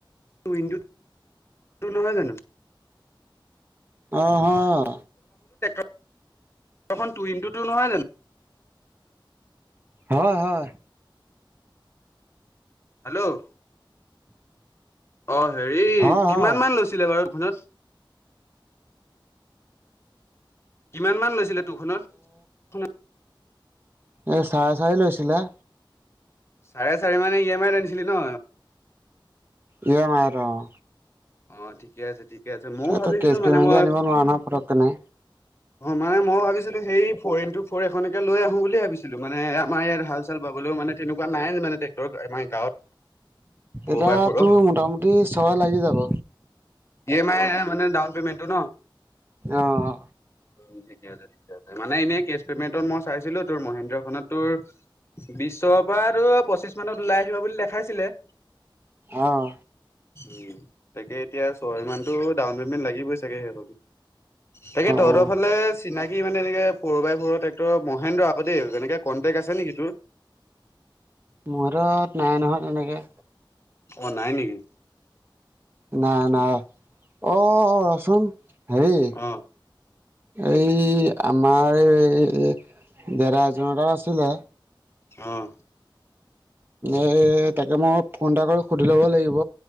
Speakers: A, on the left; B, on the right.
A: উইণ্ডো টো নহয় জানো।
B: অঁ অঁ।
A: তহঁতখন টু ইনটু টু নহয় জানো
B: হয় হয়
A: হেল্ল' অঁ হেৰী
B: হয়।
A: কিমান মান লৈছিলে বাৰু এইখনত কিমান মান লৈছিলে তোৰখনত
B: এ চাৰে চাৰি লৈছিলে।
A: চাৰে চাৰি মানে ই এমাইত আনিছিলি ন।
B: ই এমাইত অঁ।
A: অঁ ঠিকে আছে। ঠিকে আছে মওঁ
B: এইটো
A: ভাবিছিলো
B: কেছ পে'মেণ্ট
A: মানে মই
B: দি আনিব নোৱাৰা নহয় পটককেনে
A: অঁ মানে মই ভাবিছিলো সেই। ফৰ ইন টু ফৰ এ এখনকে লৈ আহোঁ বুলি ভাবিছিলোঁ। মানে আমাৰ ইয়াত হাল চাল বাবলৈও মানে তেনেকুৱা নাই মানে টেক্টৰ মানে গাঁৱত। ফ'ৰ
B: এতিয়া
A: বাই ফ'ৰ
B: তোৰ মোটামুটি ছয় লাগি যাব।
A: ই এম আই মানে ডাউন পেমেন্টটো ন
B: অহ
A: উম ঠিকে আছে ঠিকে আছে, মানে এনেই কেছ পেমেন্টত মই চাইছিলো তোৰ মহেন্দ্ৰখনত তোৰ বিশৰ পৰাতো, পঁচিছ মানত ওলাই আহিব বুলি দেখাইছিলে!
B: অহ
A: উম তাকে এতিয়া ছয় মানটো ডাউন পেমেন্ট লাগিবই চাগে সেইখন তাকে তহঁতৰ
B: অঁ
A: ফালে চিনাকি কি মানে এনেকে ফৰ বাই ফৰৰ টেক্টৰৰ মহেন্দ্ৰ আকৌ দেই তেনেকে কণ্টেক আছে নেকি তোৰ
B: মোৰ হাতত নাই নহয় তেনেকে
A: অঁ নাই নেকি!
B: নাই নাই অ ৰচোন হেৰি
A: অ',
B: এই আমাৰ দেদা এজনৰ তাত আছিলে
A: অহ
B: এই তাকে মই ফোন এটা কৰি সুধি ল'ব লাগিব।